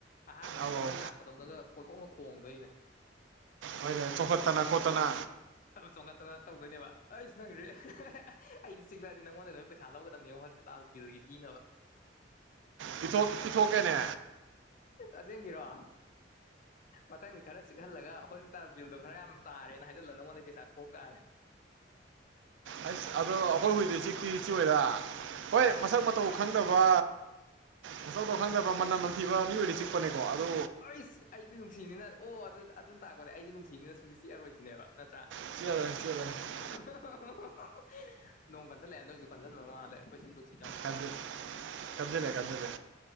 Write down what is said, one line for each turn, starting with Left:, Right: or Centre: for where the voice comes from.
Left: ꯑꯍꯥꯟꯕ
Right: ꯑꯧ
Left: ꯃꯤ ꯃꯤ
Right: ꯑꯧ
Left: ꯂꯥꯛꯄꯗꯧꯅꯒ ꯀꯣꯏꯈꯣꯡꯒ ꯈꯣꯡꯗꯣꯏꯅꯤꯅꯦ
Right: ꯍꯣꯏꯅꯦ ꯆꯣꯡꯈꯠꯇꯅ ꯈꯣꯠꯇꯅ
Left: ꯇꯞꯅ ꯆꯣꯡꯒꯠꯇꯅ ꯇꯧꯗꯣꯏꯅꯦꯕ ꯑꯩꯁ ꯅꯪꯒꯤꯗꯨꯗꯤ ꯑꯩꯗꯤ ꯆꯤꯛꯂꯛꯑꯗꯤ ꯅꯪꯉꯣꯟꯗꯩ ꯂꯣꯏꯅ ꯄꯩꯁꯥ ꯂꯧꯒꯗꯕꯅꯦ ꯍꯣ ꯇꯥꯜ ꯕꯤꯜꯒꯤ ꯊꯤꯅꯕ
Right: ꯄꯤꯊꯣꯛ ꯄꯤꯊꯣꯛꯀꯦꯅꯦ
Left: ꯑꯁꯦꯡꯀꯤꯔꯣ ꯃꯊꯪꯗꯤ ꯈꯔ ꯆꯤꯛꯍꯜꯂꯒ ꯍꯣꯁꯄꯤꯇꯥꯜ ꯕꯤꯜꯗꯣ ꯈꯔ ꯌꯥꯝ ꯇꯥꯔꯦꯅ ꯍꯥꯏꯖꯤꯜꯂ ꯅꯪꯉꯣꯟꯗꯩ ꯄꯩꯁꯥ ꯈꯣꯛ ꯇꯥꯔꯦ
Right: ꯑꯩꯁ ꯑꯗꯣ ꯑꯩꯈꯣꯏ ꯍꯨꯏꯗꯤ ꯆꯤꯛꯇꯤ ꯆꯤꯛꯑꯣꯏꯗꯥ ꯍꯣꯏ ꯃꯁꯛ ꯃꯇꯧ
Left: ꯎꯝ
Right: ꯈꯪꯗꯕ ꯃꯁꯛ ꯃꯇꯧ ꯈꯪꯗꯕ ꯃꯅꯝ ꯅꯝꯊꯤꯕ ꯃꯤ ꯑꯣꯏꯗꯤ ꯆꯤꯛꯄꯅꯦꯀꯣ ꯑꯗꯣ
Left: ꯑꯩꯁ ꯑꯩꯗꯤ ꯅꯨꯡꯁꯤꯕꯅꯤꯅ ꯑꯣ ꯑꯗꯨ ꯑꯗꯨꯅ ꯇꯥꯛꯄꯗꯤ ꯑꯩꯗꯤ ꯅꯨꯡꯁꯤꯕꯤꯅꯤꯅ ꯁꯨꯡꯆꯤꯛ ꯆꯤꯛꯑꯔꯣꯏꯁꯤꯅꯦꯕ ꯅꯠꯇ꯭ꯔꯥ
Right: <unintelligible>
Left: <unintelligible> ꯅꯣꯡ ꯀꯟꯓꯜꯂꯛꯑꯦ ꯅꯣꯏꯁꯨ ꯀꯟꯁꯤꯟꯕ ꯃꯥꯜꯂꯦ ꯑꯩꯈꯣꯏꯁꯤ <unintelligible>
Right: ꯑꯗ <inaudible> ꯀꯞꯁꯤꯜꯂꯦ ꯀꯞꯁꯤꯜꯂꯦ